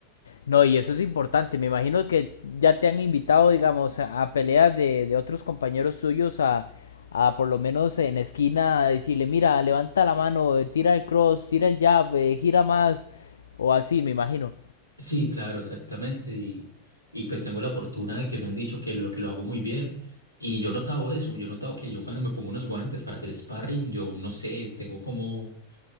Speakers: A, on the left; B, on the left.
A: No, y eso es importante. Me imagino que ya te han invitado, digamos, a, a peleas de, de otros compañeros tuyos a, a por lo menos en esquina a decirle, mira, levanta la mano, eh, tira el cross, tira el jab, eh, gira más, o así, me imagino.
B: Sí, claro, exactamente, y, y pues tengo la fortuna de que me han dicho que lo, que lo hago muy bien. Y yo he notado eso, yo he notado que yo cuando me pongo unos guantes para hacer sparring, yo no sé, tengo como